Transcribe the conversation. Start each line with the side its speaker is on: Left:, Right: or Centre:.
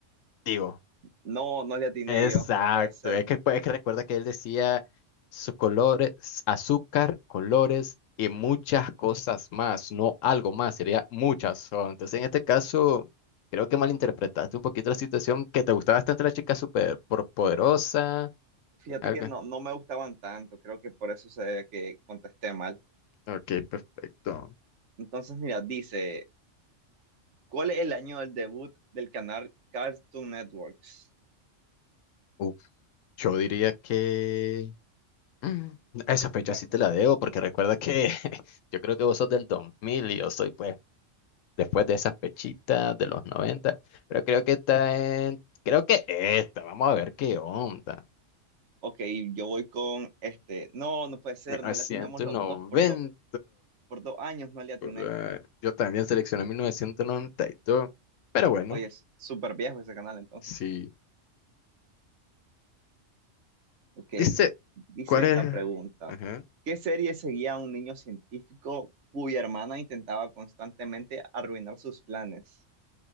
Left: digo,
Right: No, no le atiné
Left: exacto.
Right: yo, no puede ser.
Left: Es que, pues, es que recuerda que él decía sus colores, azúcar, colores y muchas cosas más, no algo más, sería muchas. son. entonces, en este caso, creo que malinterpretaste un poquito la situación, que te gustaba bastante la chica súper por- poderosa,
Right: Fíjate
Left: algo.
Right: que no, no me gustaban tanto, creo que por eso se ve que contesté mal.
Left: Ok, perfecto.
Right: Entonces, mira, dice, ¿cuál es el año del debut del canal Cartoon Networks?
Left: Uf, yo diría que... Mm, Esa fecha
Right: Bueno,
Left: sí te la debo porque recuerda que <laughs> yo creo que vos sos del 2000 y yo soy pues después de esas fechitas de los noventa pero creo que está en, creo que esta, vamos a ver qué onda.
Right: ok, yo voy con este. No, no puede ser,
Left: 1990,
Right: no le atinamos los dos por dos, por dos años, no le atiné.
Left: por ahí. yo también seleccioné mil novecientos noventa y dos pero bueno,
Right: Oye, es súper viejo ese canal entonces.
Left: sí.
Right: Ok,
Left: Dice,
Right: dice
Left: ¿cuál
Right: esta
Left: es?
Right: pregunta.
Left: Ajá.
Right: ¿Qué serie seguía a un niño científico cuya hermana intentaba constantemente arruinar sus planes?